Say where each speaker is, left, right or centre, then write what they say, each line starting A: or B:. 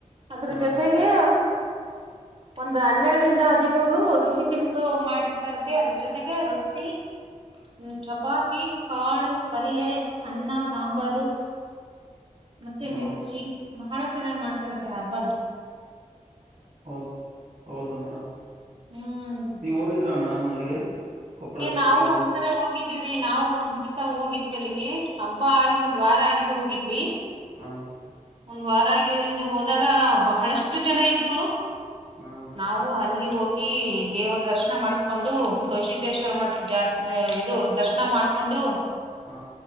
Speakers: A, on the right; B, on the right.
A: ಅದ್ರ
B: ಹಾ
A: ಜೊತೆ ಗೆ ಒಂದ್ ಹನ್ನೆರಡರಿಂದ ಹದಿಮೂರ ರು ಸಿಹಿ ತಿನಿಸು ಮಾಡಿರ್ತಾರಂತೆ ಅದ್ರ ಜೊತೆಗೆ ರೊಟ್ಟಿ ಹ್ಮ್ ಚಪಾತಿ ಕಾಳು ಪಲ್ಲೆ ಅನ್ನ ಸಾಂಬಾರು ಮತ್ತೆ
B: ಹಾ
A: ಮಿರ್ಚಿ ಬಹಳ ಚೆನ್ನಾಗ್ ಮಾಡ್ತಾರಂತೆ ಹಬ್ಬನ್
B: ಹೌದು ಹೌದು ಮೇಡಮ್
A: ಹ್ಮ್
B: ನೀವ ಹೋಗಿದ್ರಾ ಮೇಡಮ್ ಅಲ್ಲಿಗೆ ಕೊಪ್ಪಳ
A: ಏ
B: ಜಾತ್ರೆಗೆ
A: ನಾವು ಒಂದ್ ಸರೆ ಹೋಗಿದೀವ್ರೀ ನಾವು ಒಂದ್ ದಿವಸ ಹೋಗಿದ್ವಿ ಅಲ್ಲಿಗಿ ಹಬ್ಬ ಆಗಿ ಒಂದ್ ವಾರ ಆಗಿಂದ ಹೋಗಿದ್ವಿ
B: ಹಾ
A: ಒಂದ್ ವಾರ ಆಗಿದೆಂದು ಹೋದಾಗ ಬಹಳಷ್ಟು ಜನ ಇದ್ರು
B: ಹಾ
A: ನಾವು ಅಲ್ಲಿ ಹೋಗಿ ದೇವರ ದರ್ಶನ ಮಾಡಿಕೊಂಡು ಗವಿಸಿದ್ದೇಶ್ವರ ಮಠದ ಜಾತ್ರೆ ಇದು ದರ್ಶನ ಮಾಡ್ಕೊಂಡು
B: ಹಾ